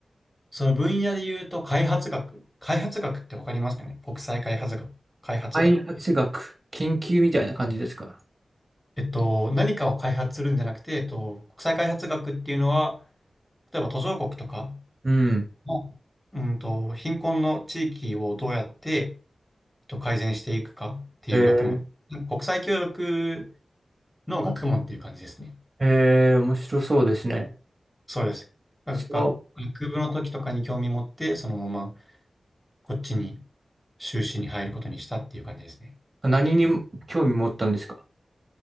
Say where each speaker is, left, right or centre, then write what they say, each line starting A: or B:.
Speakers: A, in the centre; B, on the right.
A: その分野で言うと、開発学。開発学ってわかりますかね国際開発学。開発学って。
B: 開発学、研究みたいな感じですか。
A: えっと、何かを開発するんじゃなくて、えっと、国際開発学っていうのは、例えば途上国とか
B: うん。
A: の、うんと、貧困の地域をどうやって、えっと、改善していくかっていう学問。
B: へえ、
A: 国際協力の学問っていう感じですね。
B: へえ、面白そうですね。
A: そうです。が学学部の時とかに興味持って、
B: その、
A: そのままこっちに修士に入ることにしたっていう感じですね。
B: 何に興味持ったんですか